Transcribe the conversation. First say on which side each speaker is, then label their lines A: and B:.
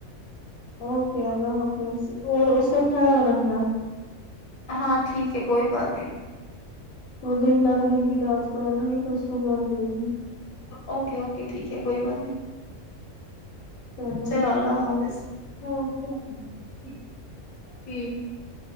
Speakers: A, on the left; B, on the left.
A: اوکے اللہ حافظ اور اس کا خیال رکھنا
B: ہاں ٹھیک ہے کوئی بات نہیں
A: وہ دن میں رہے گی رات کو آنا ہے تو اس کو گھر دیجیے
B: اوکے اوکے ٹھیک ہے کوئی بات نہیں
A: <unintelligible>
B: چلو اللہ حافظ ہ